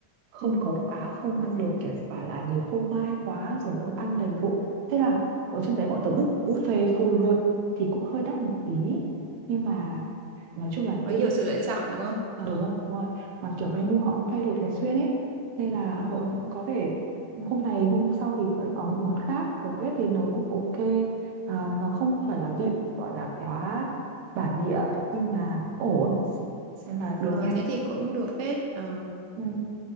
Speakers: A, on the right; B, on the right.
A: không
B: Ừ.
A: có đồ Á không ăn được kiểu bảo là nhiều phô mai quá rồi ớ, ăn đầy bụng thế là ở trên đấy bọn tớ book buffet full luôn thì cũng hơi đắt một tí nhưng mà nói chung là
B: có
A: tiện
B: nhiều sự lựa chọn đúng không? Ờ,
A: đúng rồi đúng rồi và kiểu menu họ
B: Ừ.
A: cũng thay đổi thường xuyên ấy nên là
B: ờ,
A: cậu cũng có thể hôm này hôm sau thì phải có những món khác đầu bếp thì nấu cũng ok à, nó không phải là vị gọi là quá bản địa nhưng mà ổn nên là được
B: ờ,
A: nha
B: thế thì cũng được phết. Ờ.
A: ừ.